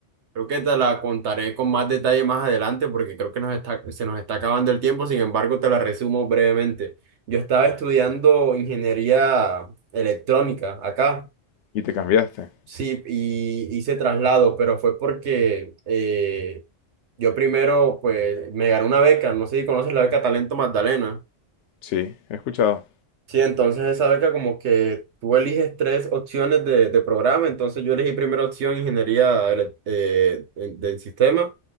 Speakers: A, on the right; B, on the left.
A: Creo que te la contaré con más detalle más adelante porque creo que nos está, se nos está acabando el tiempo. Sin embargo, te la resumo brevemente. Yo estaba estudiando ingeniería electrónica acá.
B: Y te cambiaste.
A: Sí, y hice traslado, pero fue porque eh, yo primero, pues, me gané una beca, no sé si conoces la beca Talento Magdalena.
B: Sí, he escuchado.
A: Sí, entonces esa beca como que tú eliges tres opciones de, de programa, entonces yo elegí primera opción ingeniería ele- eh, en- del sistema,